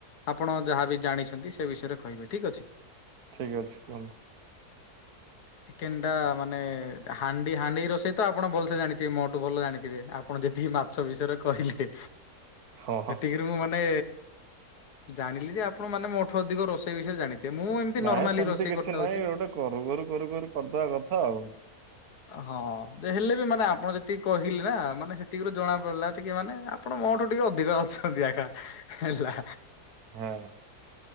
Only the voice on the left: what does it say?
ଆପଣ ଯାହା ବି ଜାଣିଛନ୍ତି ସେ ବିଷୟରେ କହିବେ ଠିକ୍ ଅଛି।
ଚିକେନ ଟା ମାନେ ହାଣ୍ଡି ହାଣ୍ଡି ରୋଷେଇ ତ ଆପଣ ଭଲସେ ଜାଣିଥିବେ ମୋଠୁ ଭଲ ଜାଣିଥିବେ ଆପଣ ଯେତିକି ମା ମାଛ ବିଷୟରେ କହିଲେ
ଏତିକିରୁ ମୁଁ ମାନେ ଜାଣିଲି ଯେ ଆପଣ ମାନେ ମୋଠୁ ଅଧିକ ରୋଷେଇ ବିଷୟରେ ଜାଣିଥିବେ ମୁଁ ଏମିତି
ନର୍ମାଲି
ରୋଷେଇ
କରିଥାଉଛି।
ହଁ ଯେ ହେଲେ ବି ମାନେ ଆପଣ ଯେତିକି କହିଲେ ନା ମାନେ ସେତି ସେତିକୁରୁ ଜଣା ପଡିଲା ଟିକେ ମାନେ ଆପଣ ମୋ ଠୁ ଟିକେ ଅଧିକ ଅଛନ୍ତି ଆକା। ହେଲା।